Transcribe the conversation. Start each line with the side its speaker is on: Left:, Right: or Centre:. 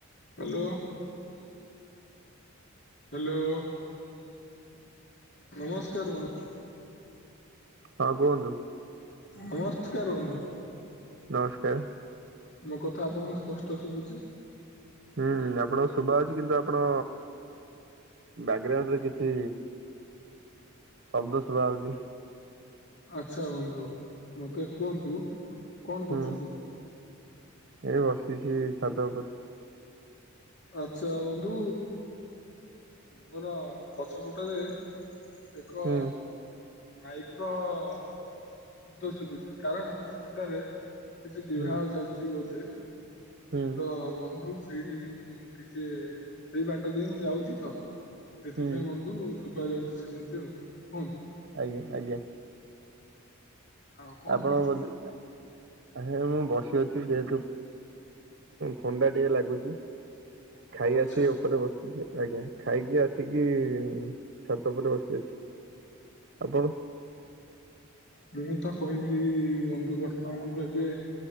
Left: ହ୍ୟାଲୋ। ହ୍ୟାଲୋ ନମସ୍କାର ବ
Right: ହଁ କୁହନ୍ତୁ।
Left: ନମସ୍କାର ବନ୍ଧୁ।
Right: ନମସ୍କାର।
Left: ମୋ କଥା ଆପଣଙ୍କୁ ସ୍ପଷ୍ଟ ଶୁଭୁଚି।
Right: ହୁଁ ଆପଣଙ୍କ ଶୁଭା ହୋଉଚି କିନ୍ତୁ ଆପଣ ବ୍ୟାକଗ୍ରାଉଣ୍ଡରେ କିଛି ଶବ୍ଦ ଶୁଭା ହଉଚି।
Left: ଆଚ୍ଛା ବନ୍ଧୁ ମତେ କୁହନ୍ତୁ କଣ
Right: ହୁଁ
Left: କରୁଚନ୍ତି?
Right: ଏଇ ବସିଚି ଛାତ ଉପରେ।
Left: ଆଚ୍ଛା ବନ୍ଧୁ ମୋର ପଛପଟାରେ ଏକ
Right: ହୁଁ
Left: ମାଇକର ଶବ୍ଦ ଶିଭୁଚି। କାରଣ ସେଟାରେ କିଛି ବିବାହ
Right: ହୁଁ
Left: ଚାଲିଛି ବୋଧେ
Right: ହୁଁ
Left: ତ ବନ୍ଧୁ ସେଇଠି ମୁଁ ଟିକେ ସେଇ ବାଟ ଦେଇ ମୁଁ ଯାଉଚି ତ ସେଥିପାଇଁ
Right: ହୁଁ
Left: ବନ୍ଧୁ ସୁବାଯାଉଚି ସେମିତି ଆଉ କୁହନ୍ତୁ।
Right: ଆଜ୍ଞା ଆଜ୍ଞା।
Left: ଆଉ କଣ
Right: ଆପଣ
Left: କରୁଛନ୍ତି
Right: ବୋଦେ ଆ ମୁଁ ବସି ଅଛି ଯେହେତୁ ଥଣ୍ଡା ଟିକେ ଲାଗୁଚି। ଖାଇ
Left: ଆଚ୍ଛା
Right: ଆସିି ଉପରେ ବସ ଆଜ୍ଞା ଖାଇକି ଆସିକି ଛାତ ଉପରେ ବସି ଅଛି। ଆପଣ?
Left: ମୁଁ ତ କହିଲି ବନ୍ଧୁ ବର୍ତ୍ତମାନ ମୁଁ ଏବେ